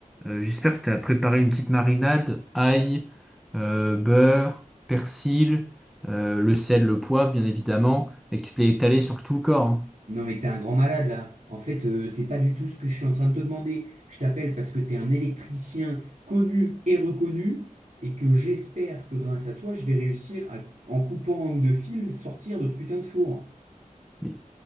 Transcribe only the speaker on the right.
Non mais t'es un grand malade là. En fait, euh, c'est pas du tout ce que je suis en train de te demander. Je t'appelle parce que t'es un électricien connu et reconnu et que j'espère que grâce à toi, je vais réussir à, en coupant un ou deux fils, sortir de ce putain de four.